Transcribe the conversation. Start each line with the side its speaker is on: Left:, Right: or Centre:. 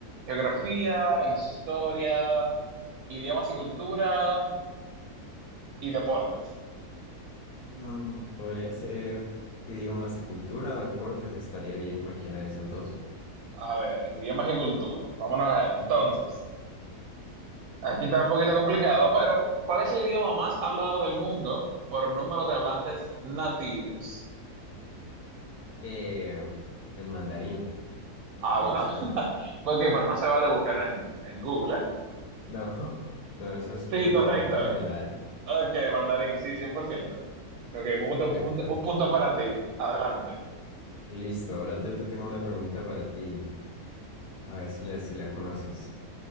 Right: geografía, historia, idiomas y cultura y deportes.
Left: Mm, podría ser idiomas y cultura o deportes. Estaría bien cualquiera de esos dos.
Right: A ver, idiomas y cultura. Vámonos ahí. Entonces. Aquí está un poquito complicado, pero ¿cuál es el idioma más hablado del mundo por número de hablantes nativos?
Left: Eh, el mandarín
Right: Ah,
Left: de
Right: bueno,
Left: China.
Right: <laughs> porque pues no se vale buscar en, en Google, ¿eh?
Left: No, <laughs> no, eso es conocimiento
Right: Sí, correcto.
Left: general.
Right: Ok, mandarín, sí, 100%. Ok, un punto,
Left: Perfecto.
Right: punto- un punto para ti. Adelante.
Left: Listo, ahora yo te tengo una pregunta para ti. A ver si la, si la conoces.